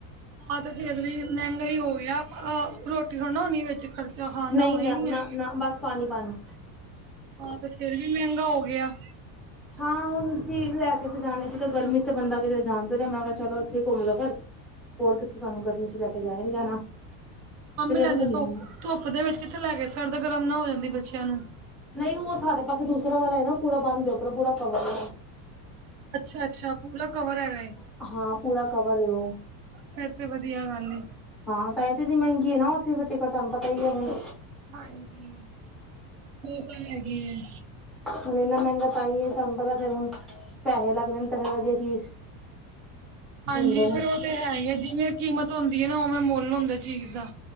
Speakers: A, on the right (about 75°); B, in the centre.
A: ਆ ਤੇ ਫੇਿਰ ਵੀ ਮਹਿੰਗਾਈ ਹੋ ਗਿਆ ਰੋਟੀ ਥੋੜ੍ਹਾ ਣੀ ਵਿੱਚ ਖਰਚਾ ਖਾਣ ਦਾ
B: ਨਹੀਂ
A: ਹੋਣਾ
B: ਨਾ
A: ਹੀ ਨਹੀਂੀ
B: ਨਾ
A: ਹੈ
B: ਨਾ ਬਸ ਪਾਣੀ ਪਾਣੀ
A: ਆਹ ਤੇ ਫਿਰ ਵੀ ਮਹਿੰਗਾ ਹੋ ਗਿਆ
B: ਹਾਂ ਹੁਣ ਚੀ ਲੈ ਕੇ ਵੀ ਜਾਣੇ ਸੀ ਤੇ ਗਰਮੀ ਚ ਤੇ ਬੰਦਾ ਕਿਤੇ ਜਾਣਦਾ ਰਿਹਾ ਮੈਂ ਕਿਹਾ ਚਲੋ ਇੱਥੇ ਘੁੰਮ ਲੋੋ ਫੇਿਰ ਹੋਰ ਕਿੱਥੇ ਤੁਹਾਨੂੰ ਗਰਮੀ ਚ ਲੈ ਕੇ ਜਾਇਆ ਨੀ ਜਾਣਾ
A: ਆਮੇ
B: ਤੇ ਜਦੋਂ
A: ਆਦੇ
B: ਘੁੰਮਣਾ
A: ਧੁੱਪ
B: ਹੀ ਹੈ
A: ਧੁੱਪ ਦੇ ਵਿੱਚ ਕਿੱਥੇ ਲੈ ਕੇ ਸਰਦ ਗਰਮ ਨਾ ਹੋ ਜਾਂਦੀ ਬੱਚਿਆਂ ਨੂੰ
B: ਨਹੀਂ ਉਹ ਸਾਡੇ ਪਾਸੇ ਦੂਸਰਰਾ ਵਾਲਾ ਹੈ ਨਾ ਪੂਰਾ ਬੰਨਦੇ ੱਪਰੋਂ ਪੂਰਾ ਕਵਰ
A: ਅੱਛਾ ਅੱਛਾ ਪੂਰਾ ਕਵਰ ਹੈਗਾ ਇਹ
B: ਹਾਂ ਪੂਰਾ ਕਵਰ ਉਹ
A: ਫੇਰ ਤੇ ਵਧੀਆ ਗੱਲ ਏ।
B: ਹਾਂ ਤਾਂ ਇਹ ਤੇ ਇੰਨੀ ਮਹਿੰਗੀ ਹੈ ਨਾ ਉੱਥੇ ਫੇਟੇਕਟ ਤੁਹਾਨੂੰ ਪਤਾ ਹੀ ਹੈ ਹੁਣ
A: ਹਾਂਜੀ ਹੋ ਤਾਂ ਹੈਗੇ ਹੈ
B: ਹੁਣ ਇੰਨਾ ਮਹਿੰਗਾ ਤਾਈਏ ਤੁਹਾਨੂੰ ਪਤਾ ਫਰ ਹੁਣ ਪੈਸੇ ਲੱਗਣੇ ਨੇ ਤਾਂ ਫਿਰ ਵਧੀਆ ਚੀਜ਼
A: ਹਾਂਜੀ
B: ਦਿੰਦੇ ਨੇ
A: ਫੇਿਰ ਉਹ ਤੇ ਹੈ ਹੀ ਹੈ ਜਿਵੇਂ ਕੀਮਤ ਹੁੰਦੀ ਹੈ ਨਾ ਉਵੇਂ ਮੁੱਲ ਹੁੰਦਾ ਚੀਜ਼ ਦਾ